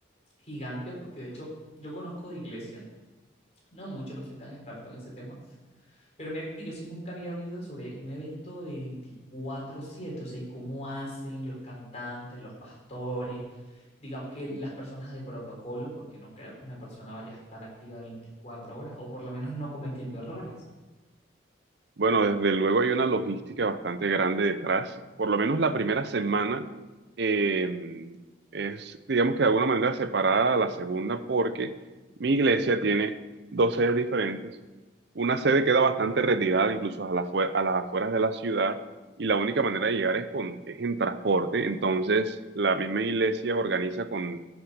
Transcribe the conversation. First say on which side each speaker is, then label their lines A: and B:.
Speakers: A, on the left; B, on the right.
A: gigante porque de hecho yo conozco de iglesias, no mucho, no soy tan experto en ese tema, Pero mira que yo sí nunca había oído sobre un evento de 24/7, o sea, y cómo hacen los cantantes, los pastores, digamos que las personas de protocolo, porque no creo que una persona vaya a estar activa 24 horas, o por lo menos no cometiendo errores.
B: Bueno, desde luego hay una logística bastante grande detrás. Por lo menos la primera semana eh, es, digamos que de alguna manera separada a la segunda porque mi iglesia tiene dos sedes diferentes. Una sede queda bastante retirada, incluso a, la fue- a las afueras de la ciudad, y la única manera de llegar es, con, es en transporte. Entonces, la misma iglesia organiza con,